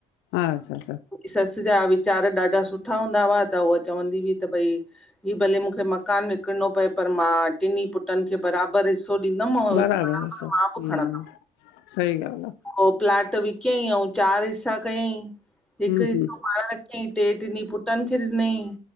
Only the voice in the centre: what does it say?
ससु जा वीचार ॾाढा सुठा हूंदा हुआ त, उहा चवंदी हुई त भई हीउ भले मूंखे मकानु विकिणणो पए, पर मां टिनी पुटनि खे बरा पर हिसो ॾींदम मां,
मां बी खणंदम
पो प्लाट बि कियईं अऊं चार हिसा कयईं। हिक
हिसो
पाण टे टिनींन पुटन खे ॾिनई।